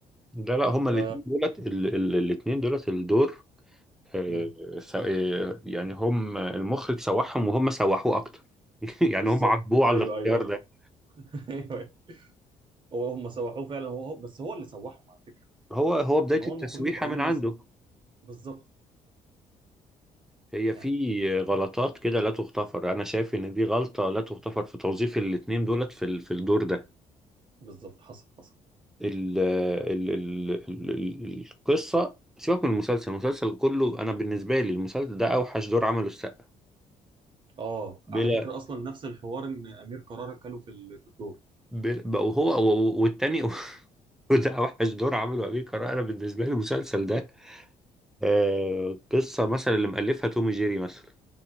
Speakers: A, in the centre; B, on the right.
A: لا لا هما الاثنين
B: ف
A: دولت ال... ال... الاثنين دولت الدور آه،
B: مم،
A: س- آه، يعني هم المخرج سوحهم وهم سوحوه اكتر <laughs> يعني
B: بالظبط
A: هم عاتبوه على
B: ايوه
A: الاختيار
B: ايوه ايوه
A: ده
B: <laughs> ايوه هو هم سوحوه فعلا هو هو- بس هو اللي سوحهم على فكره
A: هو هو بداية
B: يعني هو
A: التسويحة
B: المفروض يبقى
A: من
B: ليه نظره
A: عنده
B: بالظبط
A: هي
B: يعني
A: في غلطات كده لا تغتفر انا شايف ان دي غلطة لا تغتفر في توظيف الاتنين دولت في ال- في الدور ده
B: بالظبط حصل حصل
A: ال ال ال ال ال القصة سيبك من المسلسل المسلسل كله انا بالنسبة لي المسلسل ده اوحش دور عمله السقا
B: اه
A: بلا
B: على فكرة أصلا نفس الحوار إن أمير كرارة كاله في ال- في الدور
A: بلا وهو والتاني <laughs> وده اوحش دور عمله امير كرارة انا بالنسبة لي المسلسل ده آه، قصة مثلا اللي مألفها توم جيري مثلا